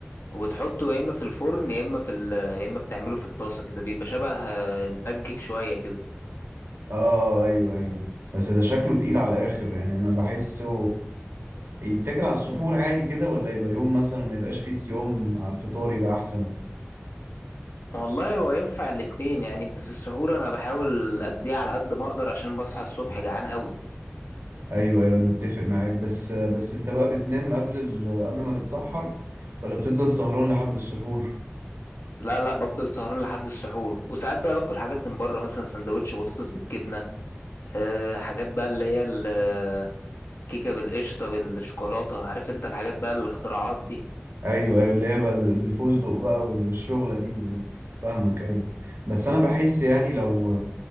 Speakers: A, on the left; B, on the right.
A: وبتحطه يا اما في الفرن يا اما في ال... يا اما بتعمله في الطاسة كده بيبقى شبه آه، البانكيك شوية كده
B: اه آه، ايوه ايوه بس ده شكله تقيل على الاخر يعني انا بحسه يتاكل على السحور عادي كده ولا يبقى يوم مثلا ما يبقاش فيه صيام على الفطار يبقى احسن
A: والله هو ينفع الاتنين يعني انت في السحور انا بحاول اديها على قد ما اقدر عشان بصحى الصبح جعان قوي
B: ايوه ايوه انا متفق معاك بس بس انت بقى بتنام قبل ال... قبل ما تتسحر ولا بتفضل سهران لحد السحور
A: لا لا بفضل سهران لحد السحور وساعات بقى باكل حاجات من بره مثلا سندوتش بطاطس بالجبنة أه حاجات بقى اللي هي الكيكة بالقشطة بالشوكولاتة عارف انت الحاجات بقى الاختراعات دي
B: ايوه ايوه اللي هي بقى ال- الفستق بقى والشغله دي و- فاهمك ايوه بس انا بحس يعني لو